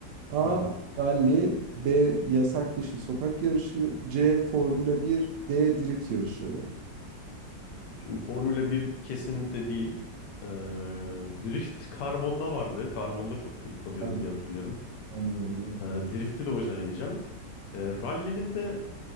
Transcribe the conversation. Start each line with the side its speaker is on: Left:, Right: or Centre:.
Right: A.
Left: Hı hı.
Right: Rally, B. Yasak dışı sokak yarışı C. Formula 1 D. Drift yarışları.
Left: Şimdi Formula bir kesinlikle değil. Ee, drift karbonda vardı. Karbonda çok drift atıyorduk
Right: Aynen,
Left: diye hatırlıyorum.
Right: aynen öyle.
Left: Ee, drift'i de o yüzden eleyeceğim. Ee, rally'nin de